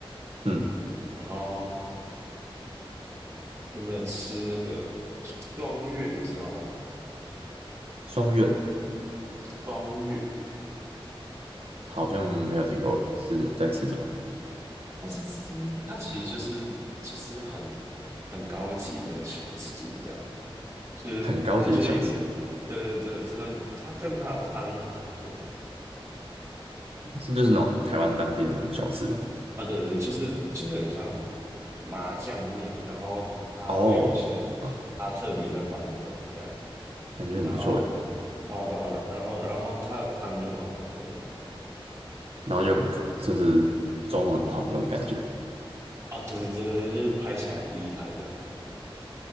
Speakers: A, on the right; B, on the right.
A: 嗯，
B: 然后有没有吃那个双月？你知道吗？
A: 双月
B: 双月，
A: 好像没有听过，是在吃什么？
B: 它是吃，它其实就是就是很很高级的小吃这样。就是它就有，
A: 很高级的小吃，
B: 对对对，它它但它的汤很好喝
A: 是就是那种台湾当地的那种小吃吗？
B: 啊，对对，就是就是很像麻酱面，然后它会有一些
A: 哦，啊，
B: 它特别的版本这样，
A: 感觉很不错诶，
B: 然后到到，然后然后它的汤就蛮好喝的
A: 然后又很可，就是装潢很好那种感觉。
B: 啊，对对对对，就是拍起来很厉害这样，